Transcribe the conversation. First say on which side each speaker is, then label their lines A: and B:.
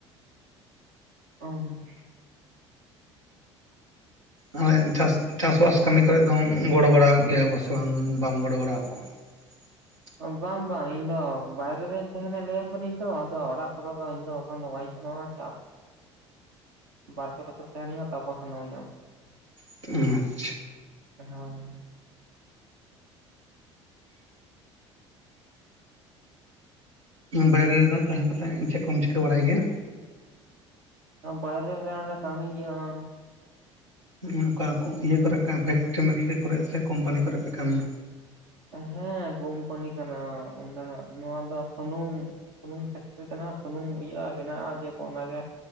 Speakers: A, on the right; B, on the right.
A: <unintelligible>
B: ᱦᱚᱭ ᱪᱟᱥ-ᱪᱟᱥ-ᱵᱟᱥ ᱠᱟᱹᱢᱤ ᱠᱚᱨᱮᱫ ᱫᱚᱢ ᱜᱚᱲᱚ ᱵᱟᱲᱟ ᱜᱮᱭᱟ ᱠᱚ ᱥᱮ ᱵᱟᱝ ᱵᱟᱢ ᱜᱚᱲᱚ ᱵᱟᱲᱟ ᱟᱠᱚᱣᱟ? <inaudible>
A: ᱵᱟᱝ ᱵᱟᱝ ᱤᱧ ᱫᱚ ᱵᱟᱭᱨᱮ ᱨᱮᱧ ᱛᱟᱦᱮᱸᱱᱟ ᱞᱟᱹᱭᱟᱢ ᱠᱟᱹᱱᱟᱹᱧ ᱛᱚ ᱟᱫᱚ ᱚᱲᱟᱜ ᱠᱚᱨᱮ ᱫᱚ ᱤᱧ ᱫᱚᱼᱼ ᱮᱠᱷᱚᱱ ᱫᱚ ᱵᱟᱹᱧ ᱥᱮᱱᱚᱜ-ᱟ ᱪᱟᱥ <unintelligible> ᱵᱟᱨᱯᱮ ᱵᱟᱪᱷᱚᱨ ᱛᱟᱦᱮᱸᱱ ᱦᱩᱭᱩᱜ ᱟ ᱛᱟᱨᱯᱚᱨ ᱥᱮᱱᱚᱜ ᱦᱩᱭᱩᱜ-ᱟ᱾
B: <unintelligible>
A: <unintelligible>
B: ᱵᱟᱭᱨᱮ ᱨᱮᱫᱚ ᱛᱟᱦᱮᱸ ᱠᱟᱛᱮᱫ ᱪᱮᱫ ᱠᱚᱢ ᱪᱤᱠᱟᱹ ᱵᱟᱲᱟᱭ ᱜᱮᱭᱟ?
A: ᱵᱟᱭᱨᱮ ᱨᱮ ᱠᱟᱹᱢᱤ ᱦᱩᱭᱩᱜᱼᱟ ᱾
B: ᱚᱱᱠᱟ ᱤᱭᱟᱹ ᱠᱚᱨᱮ <unintelligible> ᱯᱷᱮᱠᱴᱨᱤ ᱢᱮᱠᱴᱨᱤ ᱠᱚᱨᱮ ᱥᱮ ᱠᱳᱢᱯᱟᱱᱤ ᱠᱚᱨᱮ ᱯᱮ ᱠᱟᱹᱢᱤᱭᱟ?
A: ᱦᱮᱸ ᱠᱚᱢᱯᱟᱱᱤ ᱠᱟᱱᱟ ᱚᱱᱟ ᱱᱚᱣᱟ ᱫᱚ ᱥᱩᱱᱩᱢ ᱾ ᱥᱩᱱᱩᱢ ᱯᱷᱮᱠᱴᱨᱤ ᱠᱟᱱᱟ ᱥᱩᱱᱩᱢ ᱤᱭᱟᱹᱜᱼᱟ ᱵᱮᱱᱟᱜᱼᱟ ᱡᱮ ᱠᱚ ᱚᱱᱟ ᱜᱮ,